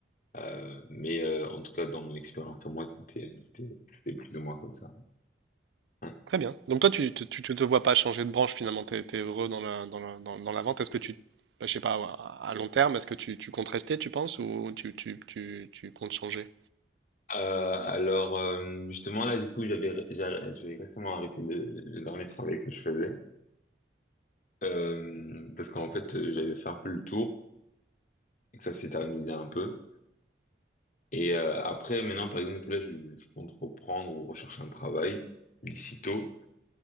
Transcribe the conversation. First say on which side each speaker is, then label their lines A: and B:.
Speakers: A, on the left; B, on the right.
A: Euh, mais euh, en tout cas, dans mon expérience, à moi, c'était, c'était, c'était plus ou moins comme ça. Ouais.
B: Très bien. Donc toi, tu te, tu te te vois pas changer de branche finalement, tu es heureux dans la, dans la- dans- dans la vente. Est-ce que tu, bah, je sais pas, à à long terme, est-ce que tu, tu comptes rester, tu penses, ou tu, tu, tu, tu comptes changer?
A: Euh, alors euh, justement là du coup j'avais j'a- j'ai récemment arrêté le, le dernier travail que je faisais euh, parce qu'en fait euh, j'avais fait un peu le tour et que ça s'éternisait un peu et euh, après maintenant par exemple là je, je compte reprendre ou rechercher un travail d'ici tôt